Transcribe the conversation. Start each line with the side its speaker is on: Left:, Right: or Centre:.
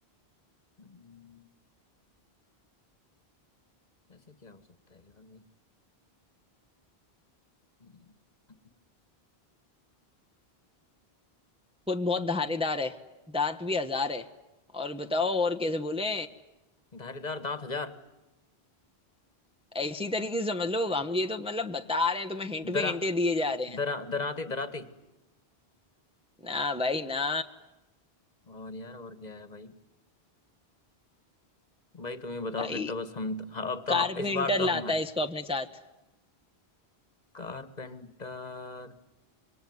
Left: हम्म, ऐसा क्या हो सकता है यार भाई हम्म,
Centre: खुद बहुत धारेदार है दांत भी हजार है और बताओ और कैसे बोले
Left: धारीदार दांत हजार
Centre: इसी तरीके से समझ लो हम ये तो मतलब बता रहे हैं तुम्हें हिंट पे
Left: दरा
Centre: हिंटे दिए जा रहे हैं
Left: दरा दराते दराते
Centre: ना भाई ना
Left: और यार और क्या है भाई भाई तुम ही बताओ
Centre: भाई
Left: फिर तो बस हम तो, हाँ, अब तो
Centre: कारपेंटर
Left: हाँ, इस बार तो
Centre: लाता
Left: हमारे
Centre: है इसको अपने साथ
Left: कारपेंटर